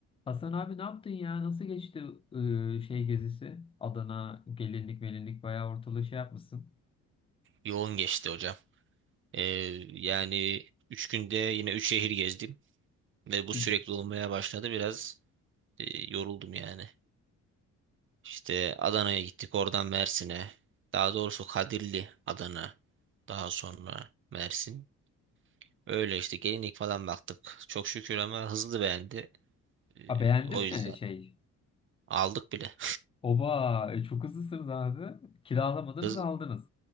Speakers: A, on the left; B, on the right.
A: Hasan abi ne yaptın ya? Nasıl geçti e, şey gezisi? Adana gelinlik melinlik bayağı ortalığı şey yapmışsın.
B: Yoğun geçti hocam. Ee, yani 3 günde yine 3 şehir gezdim ve bu
A: Hı.
B: sürekli olmaya başladı. Biraz e, yoruldum yani. İşte Adana'ya gittik, oradan Mersin'e. Daha doğrusu Kadirli, Adana. Daha sonra Mersin. Öyle işte gelinlik falan baktık. Çok şükür ama hızlı beğendi. Ee,
A: A, beğendi
B: o
A: mi
B: yüzden
A: şey?
B: aldık bile.
A: Oba e, çok hızlısınız abi. Kiralamadınız
B: Hız
A: aldınız.